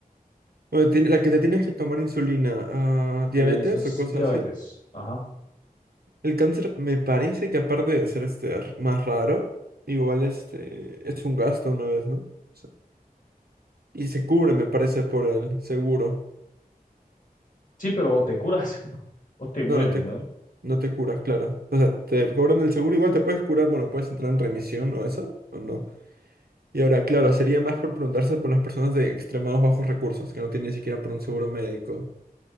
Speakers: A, on the right; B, on the left.
A: o tiene- la que te tienes que tomar insulina, ah, diabetes
B: Eh, eso es
A: o cosas
B: diabetes.
A: así.
B: Ajá.
A: El cáncer me parece que aparte de ser este r- más raro, igual este es un gasto una vez, ¿no? O sea, y se cubre, me parece, por el seguro.
B: Sí, pero o te curas <laughs> o te mueres,
A: No, no te,
B: ¿no?
A: cu- no te curas, claro. O sea, te cobran el seguro, igual te puedes curar, bueno, puedes entrar en remisión o eso, o no. Y ahora, claro, sería más por preguntarse por las personas de extremados bajos recursos, que no tienen ni siquiera por un seguro médico.